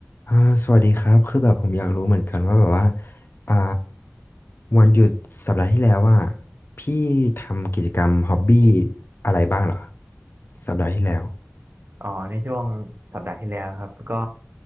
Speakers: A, on the left (about 50°); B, on the right (about 50°).
A: อ่าสวัสดีครับคือแบบผมอยากรู้เหมือนกันว่าแบบว่าอ่าวันหยุดสัปดาห์ที่แล้วว่าพี่ทำกิจกรรมฮ็อบบี้อะไรบ้างเหรอสัปดาห์ที่แล้ว
B: อ๋อในช่วงสัปดาห์ที่แล้วครับก็